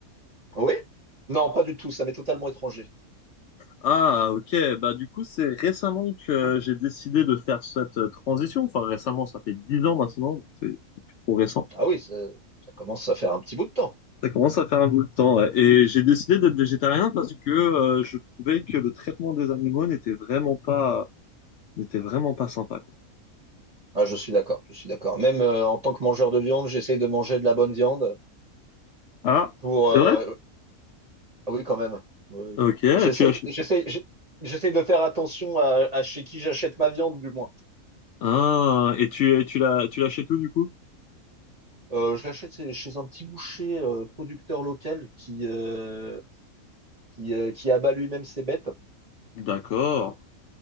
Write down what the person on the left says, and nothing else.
Ah ok, bah du coup c'est récemment que euh, j'ai décidé de faire cette euh, transition. Enfin récemment, ça fait 10 ans maintenant, donc c'est c'est plus trop récent.
Ça commence à faire un bout de temps. ouais. Et j'ai décidé d'être végétarien parce que euh, je trouvais que le traitement des animaux n'était vraiment pas n'était vraiment pas sympa quoi.
Ah,
c'est
vrai?
Ok,
tu l'achètes.
Ah, et tu, tu l'as tu l'achètes où du coup?
D'accord.